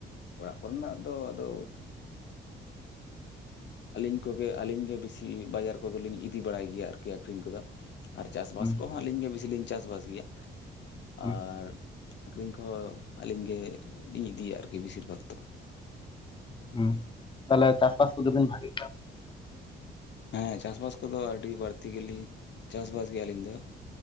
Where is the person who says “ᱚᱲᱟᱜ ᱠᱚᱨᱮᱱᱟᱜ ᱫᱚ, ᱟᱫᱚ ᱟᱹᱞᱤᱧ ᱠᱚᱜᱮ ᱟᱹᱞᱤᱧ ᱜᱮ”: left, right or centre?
Left